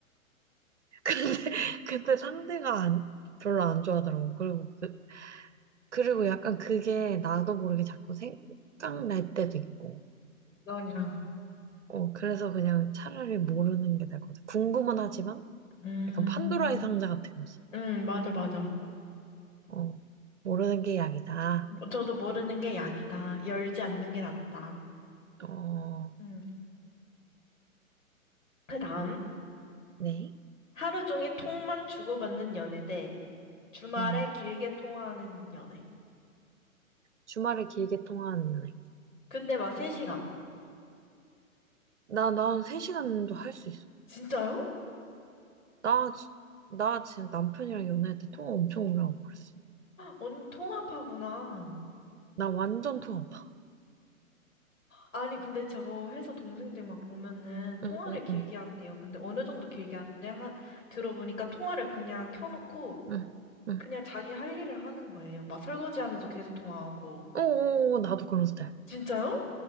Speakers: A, on the right; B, on the left.
A: <laughs> 근데, 근데 상대가 안- 별로 안 좋아하더라고. 그리고, 그, 그리고 약간 그게 나도 모르게 자꾸 생각날 때도 있고.
B: 너냐.
A: 어, 그래서 그냥 차라리 모르는 게 나을 것 같아. 궁금은 하지만,
B: 음,
A: 약간 판도라의 상자 같은 거지.
B: 음, 맞아, 맞아.
A: 어, 모르는 게 약이다.
B: 뭐, 저도 모르는 게 약이다. 열지 않는 게 낫다.
A: 어,
B: 음. 그 다음,
A: 네.
B: 하루 종일 톡만 주고받는 연애 대 주말에
A: 음,
B: 길게 통화하는 연애.
A: 주말에 길게 통화하는 연애.
B: 근데 막 3시간.
A: 나, 난 3시간도 할 수 있어.
B: 진짜요?
A: 나, 지- 나 지금 남편이랑 연애할 때 통화 엄청 오래 하고 그랬어.
B: 언니 통화파구나.
A: 나 완전 통화 봐.
B: 아니, 근데 저 회사 동생들 막 보면은 통화를
A: 응, 응,
B: 길게
A: 응,
B: 한대요. 근데 어느 정도 길게 하는데, 하, 들어보니까 통화를 그냥 켜놓고
A: 응, 응.
B: 그냥 자기 할 일을 하는 거예요. 막 설거지 하면서 계속 통화하고.
A: 어, 어, 어, 나도 그런 스타일.
B: 진짜요?